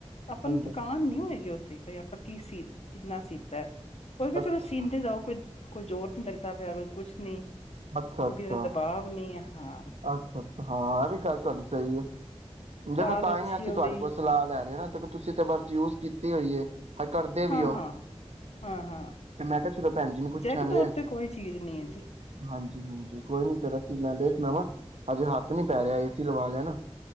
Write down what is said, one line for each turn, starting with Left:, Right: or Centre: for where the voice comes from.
Left: ਆਪਾਂ
Right: ਹਾਂਜੀ
Left: ਨੂੰ ਥਕਾਨ ਨਹੀਂ ਹੋਏਗੀ, ਉਸ ਚੀਜ ਤੇ ਆਪਾਂ ਕੀ ਸੀ ਕਿੰਨਾ ਸੀਤਾ, ਓ ਨਾ ਚਲੋ
Right: ਅੱਛਾ
Left: ਸ਼ੀਨਦੇ ਜਾਓ ਕੋਈ, ਕੋਈ ਜ਼ੋਰ ਨੀ ਲੱਗਦਾ ਪਿਆ ਕੋ ਕੁਛ ਨੀ,
Right: ਅੱਛਾ
Left: ਕਿਉਕ
Right: ਅੱਛਾ
Left: ਤੇਰੇ ਦਬਾਅ ਨੀ ਆ ਹਾਂ।
Right: ਅੱਛਾ ਹਾਂ ਇਹ ਵੀ ਗੱਲ ਤੁਹਾਡੀ ਸਹੀ ਹੈ। ਦੇਖੋ,
Left: ਚਾਲ
Right: ਤਾਂ
Left: ਅੱਛੀ
Right: ਹੀ ਅਸੀਂ
Left: ਉਹਦੀ
Right: ਤੁਹਾਡੇ ਕੋਲ ਸਲਾਹ ਲੈ ਰਹੇ ਹਾ ਨਾ, ਤੁਸੀਂ ਤਾਂ ਵਰਤ ਯੂਜ ਕੀਤੀ ਹੋਈ ਹੈ। ਹਜੇ ਕਰਦੇ ਵੀ
Left: ਹਾਂ-ਹਾਂ
Right: ਉਹ
Left: ਹਾਂ-ਹਾਂ
Right: ਤੇ ਮੈਂ ਕਿਹਾ। ਚਲੋ ਭੈਣ ਜੀ ਨੂੰ ਪੁੱਛਾਂਗੇ
Left: ਜੈਕ ਤੋਂ ਉੱਤੇ ਕੋਈ ਚੀਜ਼ ਨਹੀਂ ਹੈ ਜੀ,
Right: ਹਾਂਜੀ, ਹਾਂਜੀ ਕੋਈ ਨੀ ਫਿਰ ਅਸੀਂ ਮੈਂ ਦੇਖ ਵਾ ਹਜੇ ਹੱਥ ਨੀ ਪੈ ਰਿਹਾ ਏਸੀ ਲਵਾ ਲਿਆ ਨਾ,